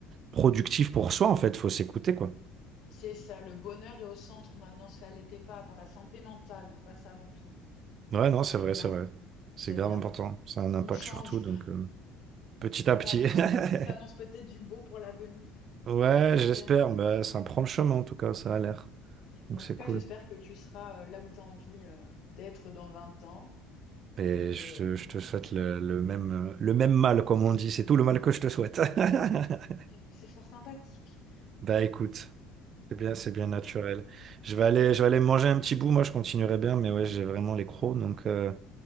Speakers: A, on the right (about 40°); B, on the left (about 55°).
A: productif pour soi, en fait. Faut s'écouter, quoi.
B: c'est ça, le bonheur est au centre maintenant, ça l'était pas avant. La santé mentale passe avant tout.
A: Ouais, non, c'est
B: C'est
A: vrai,
B: bien,
A: c'est vrai.
B: c'est
A: C'est grave
B: bien.
A: important. Ça a un impact
B: On change.
A: sur tout, donc euh, petit à petit.
B: Ça annonce, ça
A: <laughs>
B: annonce peut-être du beau pour l'avenir.
A: Ouais,
B: Qui
A: j'espère.
B: sait?
A: Bah, ça prend le chemin, en tout cas, ça a l'air. Donc
B: En
A: c'est
B: tout cas,
A: cool.
B: j'espère que tu seras euh, là où tu as envie euh, d'être dans 20 ans
A: Et
B: et que
A: je te, je te souhaite le, le même, euh, le même mal, comme on dit. C'est tout le mal que je te souhaite. <laughs>
B: C'est fort sympathique.
A: Bah écoute. C'est bien, c'est bien naturel. Je vais aller, je vais aller manger un petit bout. Moi, je continuerai bien, mais ouais, j'ai vraiment les crocs. Donc, euh,